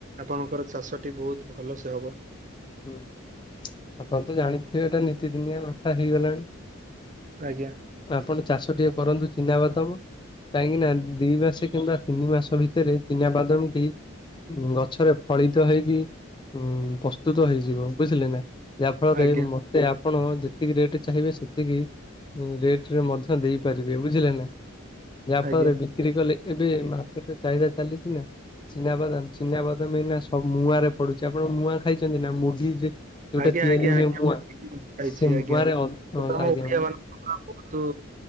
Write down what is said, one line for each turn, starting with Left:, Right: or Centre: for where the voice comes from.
Right: ଆପଣଙ୍କର ଚାଷା ଟି ବୋହୁତ୍ ଭଲ ସେ ହବ।
Left: ହୁଁ, ଆପଣ ତ ଜାଣିଥିବେ ଏଇଟା ନିୀତିଦିନିଆ କଥା ହେଇଗଲାଣି?
Right: ଆଜ୍ଞା।
Left: ଆପଣ ଚାଷ ଟିକେ କରନ୍ତୁ ଚିହ୍ନାବାଦାମ କାହିଁକି ନା ଦି ମାସେ କିମ୍ବା ତିନି ମାସ ଭିତରେ ଚିନା ବାଦମ ଟି ଗଛରେ ଫଳିତ ହେଇକି ଉଁ ପସ୍ତୁତ ହେଇଯିବ ବୁଝିଲେ ନା ଯାହା ଫଳରେ
Right: ଆଜ୍ଞା
Left: ମ ସେ ଆପଣ ଯେତିକି ରେଟ୍ ଚାହିଁବେ ସେତିକି ରେଟ ରେ ମଧ୍ୟ ଦେଇପାରିବେ ବୁଝିଲେ ନା ଯାହା ଫଳରେ
Right: ଆଜ୍ଞା
Left: ବି କ୍ରି କଲେ ଏବେ ମାର୍କେଟ ଚାହିଦା ଚାଲିଛି ନା ଚିନାବାଦାମ ଚିନାବାଦାମ ଏଇନା ସ ମୁଆଁରେ ପଡୁଛି ଆପଣ ମୁଆଁ ଖାଇଛନ୍ତି ନା ମୁଢି ଯେ ଯୋଉଟା
Right: ଆଜ୍ଞା
Left: ତିଆରି
Right: ଆଜ୍ଞା
Left: ହୁଏ
Right: ଆ <unintelligible>
Left: ମୁଆଁ ସେ
Right: ଛି
Left: ମୁଆଁରେ
Right: ଆଜ୍ଞା
Left: ଅ
Right: ତମ
Left: ଆଜ୍ଞା
Right: ଓଡ଼ିଆ ମାନ <inaudible> ତୁ